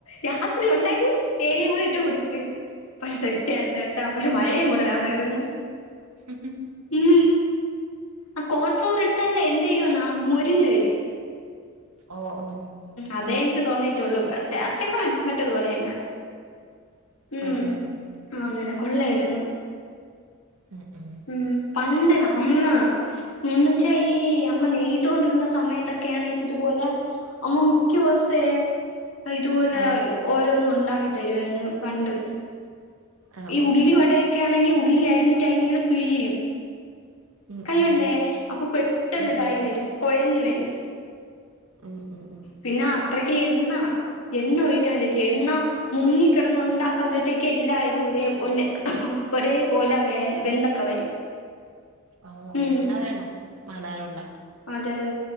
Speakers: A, on the left; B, on the right.
A: രാത്രി ഒണ്ടാക്കി തേയിലേം കൂടി ഇട്ട് കുടിച്ച് പക്ഷെ സെറ്റായായിരുന്നേട്ടോ പക്ഷെ മഴയും കൂടെ വേണാര്ന്നു
B: ഉം ഉം
A: ഈ ആ കോൺഫ്ലോർട്ട്ലാന്തെയ്യുന്ന മുരിഞ്ഞ് വെരും
B: ഓ ഓ
A: അതെ എനിക്ക് തോന്നീട്ടുള്ളൂ ടെസ്റ്റൊക്കെ മറ്റേത് പോലെന്ന ഉം
B: ഓഹ് ഓഹ്
A: ആ അങ്ങനെ കൊള്ളായിരുന്നു
B: ഉം ഉം
A: ഉം പണ്ട് അമ്മ മുന്ന്ച്ച ഈ അമ്മ നെയ്തോണ്ടിരുന്ന സമയത്തൊക്ക്യാണെങ്കി ഇതുപോലെ അമ്മ മിക്യുസേ ഇതുപോലെ
B: ആഹ്
A: ഓരോന്നും ഒണ്ടാക്കി തരുവാരുന്നു പണ്ട്
B: ആഹ്
A: ഈ
B: ഓഹ്
A: ഉള്ളി വടയൊക്കാണെങ്കി ഉള്ളി അറിഞ്ഞിട്ട് അതിങ്ങനെ പിഴിയും
B: ഉം
A: കയ്യുണ്ടേ
B: ഉം
A: അപ്പൊ പെട്ടെന്ന്
B: ഉം
A: ഇതായി
B: ഉം
A: വെരും കൊഴഞ് വെരും
B: ഉം ഉം ഉം
A: പിന്നെ അത്രയ്ക്ക് എണ്ണ എണ്ണ ഒഴിക്കണം ചേച്ചി എണ്ണ മുങ്ങിക്കിടന്ന് ഉണ്ടാക്കുമ്പോഴത്തേക്ക് എല്ലായ് തും ഒരേ ഒല്ലെ ഒരേ പോലെ വെ വെന്തൊക്കെ വരും
B: ആഹ്
A: ഉം
B: എണ്ണ വേണം പലാരം ഒണ്ടാക്ക
A: അതെ അതെ